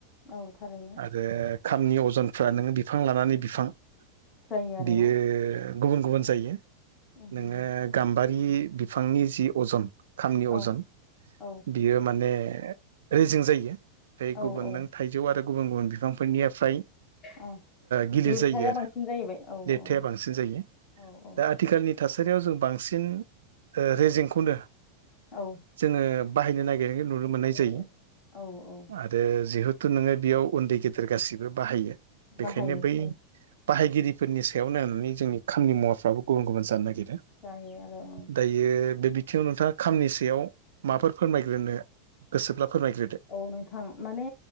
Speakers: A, on the left (about 30°); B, on the right (about 60°).
A: औ थारैनो
B: आरो खामनि अजनफ्रा नोङो बिफां लानानै बिफां बियो
A: जायो आरोना
B: गुबुन गुबुन जायो
A: उम
B: नोङो
A: उम
B: गाम्बारि बिफांनि जि अजन खामनि
A: औ
B: अजन
A: औ
B: बियो माने रेजिं जायो। गुबुन
A: औ औ
B: नों थाइजौ आरो गुबुन गुबुन बिफांफोरनिफ्राय
A: औ
B: गिलिर
A: लिरथाया
B: जायो आरो
A: बांसिन जाहैबाय औ
B: लिरथाया
A: औ
B: बांसिन जायो।
A: औ औ
B: दा आथिखालनि थासारि थासारियाव जों बांसिन रेजेंखौनो
A: औ
B: जोङो बाहायनो नागिरो। नुनो मोननाय
A: औ
B: जायो
A: औ
B: आरो जिहेथु नोङो बेयाव उन्दै गेदेर गासिबो बाहायो बेखायनो
A: बाहायो
B: बै
A: औ
B: बाहायगिरि फोरनि सायाव नायनानै जोंनि खामानि मुवाफ्राबो गुबुन गुबुन जानो नागिरदों
A: जायो आरो ओं
B: दायो बे थिं नोंथाङा खामनि सयाव माफोर फोरमायग्रोनो गोसोब्ला फोरमायग्रोदो?
A: औ नोंथां माने